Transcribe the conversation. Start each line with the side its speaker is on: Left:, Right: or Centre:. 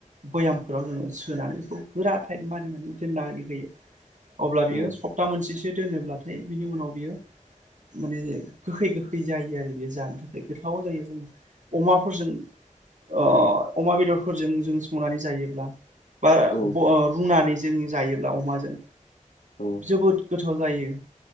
Right: बयामफोराव जोंङो सोनानै खौ गोरा टाइद मारिनानै दोननानै होयो अब्ला
Left: औ
Right: बियो सब सथा मोनसेसो दोनोब्लाथाय बिनि उनाव बियो माने गोखै गोखै जायो आरो बेयो जानो थाखाय गोथाव जायो जोङो अमाफोरजों ओ अमा बेदरफोरजों जों संनानै जायोब्ला बा
Left: औ।
Right: ओ रुनानै जों जायोब्ला अमाजों
Left: औ
Right: जोबोद गोथाव जायो